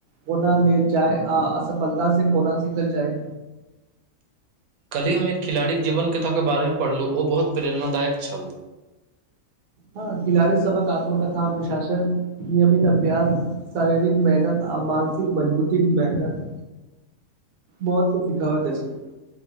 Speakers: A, on the right; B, on the right.
A: कोना लेलऽ जाय आ असफलता से कोना सिखल जाय
B: क्हि हम एक खिलाड़ीके जीवन कथा के बारेमे पढ़लहुँ ओ बहुत प्रेरणादायक छल
A: हँ खिलाड़ी सभक आत्मकथा अनुशासन नियमित अभ्यास शरारिक मेहनत आ मानसिक मजबूती मेहनत। बहुत तऽ शिखबै छै